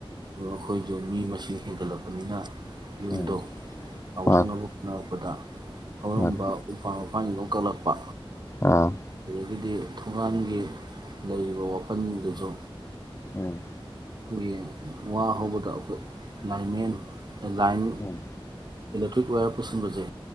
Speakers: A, on the right; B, on the left.
A: ꯑꯩꯈꯣꯏꯁꯨ ꯃꯤ ꯃꯁꯤꯡ ꯍꯦꯟꯒꯠꯂꯛꯄꯅꯤꯅ ꯌꯨꯝꯗꯣ
B: ꯎꯝ
A: ꯀꯥꯎꯊꯣꯛꯅꯕ
B: ꯃꯥꯅꯤ
A: ꯍꯣꯠꯅꯔꯛꯄꯗ ꯍꯧꯔꯝꯕ
B: ꯃꯥꯅꯤ
A: ꯎꯄꯥ ꯐꯣ ꯀꯂꯞꯄ
B: ꯑꯥ
A: ꯑꯗꯒꯤꯗꯤ ꯊꯣꯡꯒꯥꯟꯒꯤ ꯂꯩꯔꯤꯕ ꯋꯥꯐꯝ ꯄꯟꯒꯤꯗꯣ
B: ꯎꯝ
A: ꯒꯤ ꯋꯥ ꯍꯧꯕꯗ ꯑꯩꯈꯣꯏ ꯂꯥꯏꯃꯦꯟ ꯂꯥꯏꯟ
B: ꯎꯝ
A: ꯏꯂꯦꯛꯇ꯭ꯔꯤꯤ ꯋꯥꯏꯔ ꯄꯨꯁꯟꯕꯖꯦ